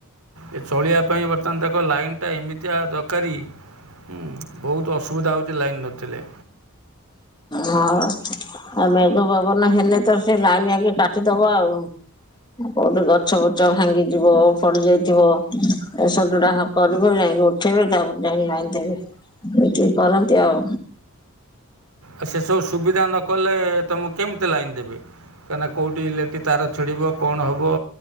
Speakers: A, on the right; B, on the left.
A: ଏ ଚଳିବା ପାଇଁ ବର୍ତ୍ତମାନ ତାକୁ ଲାଇନ୍ ଟା ଏମିତିଆ ଦରକାରୀ ଉଁ ବହୁତ ଅସୁବିଧା ହେଉଛି ଲାଇନ୍ ନଥିଲେ।
B: ହଁ ପା। ଆଉ ମେଘ ପବନ ହେଲେ ତ ସେ ଲାଇନ ଆଗେ କାଟିଦବ ଆଉ। କୋଉଠି ଗଛ ବୁଛ ଭାଙ୍ଗି ଯିବ ପଡି ଯାଇଥିବ ଏସଜଡା କରିବ ନାଇ ଉଠେଇବି ତାପରେ ଜାଣି ଲାଇନ ଦେବି ଏତିକି କରନ୍ତି ଆଉ।
A: ଆ ସେସବୁ ସୁବିଧା ନକଲେ ତମକୁ କେମତି କେତେ ଲାଇନ୍ ଦେବେ କାହିଁକିନା କେଉଁଠି ଇଲେଟିି ତାର ଛିଡ଼ିବ କଣ ହେବ।